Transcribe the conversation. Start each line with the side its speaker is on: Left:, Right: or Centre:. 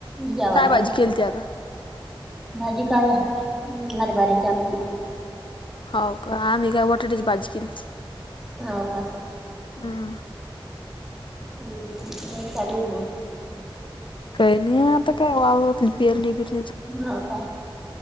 Centre: जेवायला
Left: काय भाजी
Centre: बस
Left: केली त आता
Centre: भाजी काय अर बारीची आमची
Left: हो का आम्ही काय वटेटेच बाज केली
Centre: हो का.
Left: हम.
Centre: हम्म ते चालू म.
Left: काही नाही आता काय वा पिरली पिर
Centre: ह का